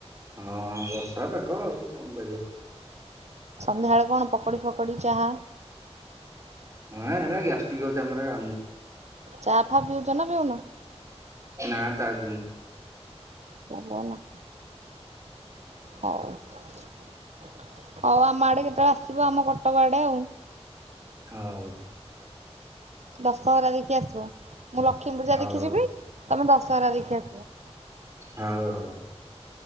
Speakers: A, on the right; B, on the right.
A: ହଁ ବର୍ଷା ପାଗ ଆଉ କଣ କରିବା।
B: ସନ୍ଧ୍ୟା ବେଳେ କଣ ପକୋଡି ଫକଡି ଚାହା
A: ହଁ ହେଲା ଗ୍ୟାଷ୍ଟିକ୍ ହୋଉଚି ଆମ ହେରାକ ଖାଉନୁ।
B: ଚା ଫା ପିଉଚ ନା ପିଉନ?
A: ନା ଚା ପିଉନୁ।
B: ଭଲ ନା, ହୋ। ହୋଉ ଆମ ଆଡେ କେତେବେଳେ ଆସିବ ଆମ କଟକ ଆଡେ ଆଉ।
A: ହଉ।
B: ଦଶହରା ଦେଖି ଆସିବ, ମୁଁ ଲକ୍ଷ୍ମୀ ପୂଜା
A: ହଉ
B: ଦେଖି ଯିବି ତମେ ଦଶହରା ଦେଖି ଆସିବ।
A: ହଁ ହଁ।